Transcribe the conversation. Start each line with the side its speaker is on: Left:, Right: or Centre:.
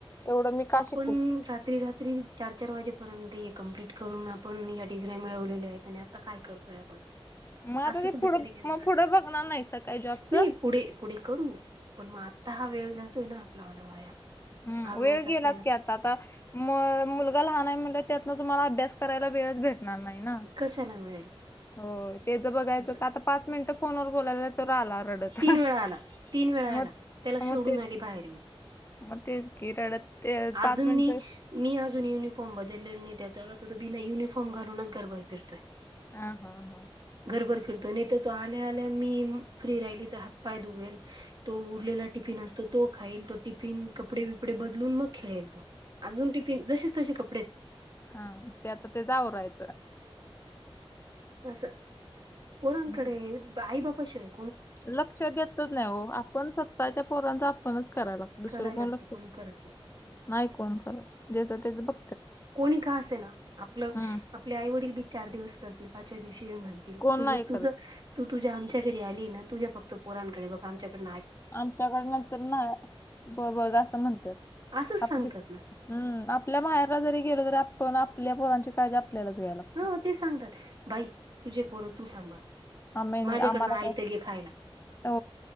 Left: एवढं मी का शिक
Right: पण रात्री रा त्री चार चार वाजेपर्यंत हे कम्प्लीट करून आपण या डिग्री्या मिळवलेल्या आहेत, आणि आता काय करतो. आपण
Left: मग आता
Right: अ सुद्धा
Left: ते पुढं
Right: कधी कधी
Left: मग
Right: वाटत.
Left: पुढं बघणार नाहीसा काय जॉबचं
Right: नाही पुढे पुढे करू पण मग आत्ता हा वेळ जातोय ना आपला वाला वाया.
Left: हम्म!
Right: हा
Left: वेळ
Right: जातोय
Left: गेलात
Right: ना
Left: का आता आता म मुलगा लहान आहे म्हणलं त्यातन तुम्हाला अभ्यास करायला वेळच भेटणार नाही ना.
Right: कशाला मिळेल.
Left: हो ते ज बघायचं
Right: असं
Left: का आता पाच मिनिटं फोनवर बोलायला. तोरा आला रडत
Right: तीन वेळा आला तीन वेळा
Left: मग
Right: आला त्याला
Left: मग
Right: सोडून
Left: ते,
Right: आली बाहेर मी
Left: मग तेच कि रडत ते
Right: अजून
Left: पाच मिनिटं
Right: मी मी अजून युनिफॉर्म बदलले नाही, त्याच्या व तर तो बिना युनिफॉर्म घालूनच घरबर फिरतय.
Left: ह, हा, हा!
Right: घरभर फिरतो न तर तो आल्या आल्या मी फ्री राहिली तर हातपाय दुबेल तो उरलेला टिफिन असतो तो खाईल, तो टिफिन, कपडे-बिपडे बदलून मग खेळेल तो. अजून टिफिन जसेच तसे कपडे.
Left: हा ते आता ते जाऊ राहायचं.
Right: अस पोरांकडे,
Left: हं.
Right: आई बाबा शेय
Left: लक्ष देतच नाही हो आपण सत्ताच्या पोरांचं आपणच करायला लागतो, दुसरं
Right: करायला
Left: कोण
Right: लागतं
Left: ल
Right: कोणी करत नाही.
Left: नाही कोण करत जच तेच बघ
Right: कोणी का असे ना आपलं
Left: हं.
Right: आपले आई वडील बी चार दिवस करतील पाचव्या दिवशी म्हणतील.
Left: कोण
Right: तझ
Left: नाही
Right: तुझ
Left: करत.
Right: तू तुझ्या आमच्या घरी आली ना तुझ्या फक्त पोरांकडे बघ आमच्याकड.
Left: आमच्याकडन तर नाही ब बघ असं म्हणतात
Right: असंच
Left: आपली
Right: सांगतात
Left: हम्म
Right: ना.
Left: आपल्या माहेरला जरी गेलो तरी, आपण आपल्या पोरांची काळजी आपल्यालाच घ्यायला लागते.
Right: ह ते सांगतात बाई तुझे परो तू सांभाळ.
Left: आही
Right: माझ्याकडनं
Left: आम्हाला
Right: आयत
Left: का
Right: घे खायला
Left: हो